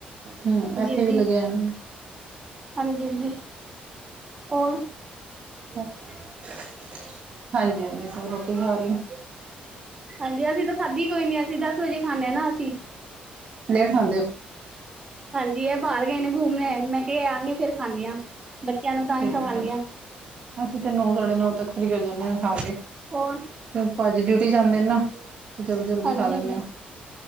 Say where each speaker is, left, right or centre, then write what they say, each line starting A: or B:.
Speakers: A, on the right; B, on the right.
A: ਹੂੰ ਐਥੇ
B: ਹਾਂਜੀ
A: ਵੀ ਲੱਗਿਆ ਐ ਨਾ।
B: ਹਾਂਜੀ- ਹਾਂਜੀ, ਔਰ
A: ਹਾਂਜੀ- ਹਾਂਜੀ, ਸੋ ਰੋਟੀ ਖਾ ਰੇ ਓ।
B: ਹਾਂਜੀ, ਅਸੀਂ ਤਾਂ ਖਾਂਦੀ ਕੋਈ ਨੀ ਅਸੀਂ ਦਸ ਵਜੇ ਖਾਂਨੇ ਆ ਨਾ ਅਸੀਂ।
A: ਲੇਟ ਖਾਂਦੇ ਔ।
B: ਹਾਂਜੀ, ਏ ਬਾਹਰ ਗਏ ਨੇ ਗੂੰਮਣੇ, ਮੈਂ ਕਿਹਾਂ ਏਂ ਆਣਗੇ ਫੇਰ ਖਾਨੇ ਆ। ਬੱਚਿਆਂ ਨੂੰ ਤਾਂ
A: ਠੀਕ
B: ਹੀ ਖਵਾਉਂਦੀ
A: ਆ,
B: ਹਾਂ
A: ਅਸੀਂ ਤੇ ਨੌ- ਸਾਢੇ ਨੌ ਤੱਕ ਫਰੀ ਹੋ ਜਾਂਨੇ ਆ ਖਾ ਕੇ।
B: ਹੋਰ।
A: ਤੇ ਓ ਭਾਜੀ ਡਿਊਟੀ ਜਾਂਦੇ ਨੇ ਨਾ। ਜਲਦੀ-ਜਲਦੀ
B: ਹਾਂਜੀ-
A: ਖਾ ਲੈਂਦੇ
B: ਹਾਂਜੀ
A: ਹਾਂ।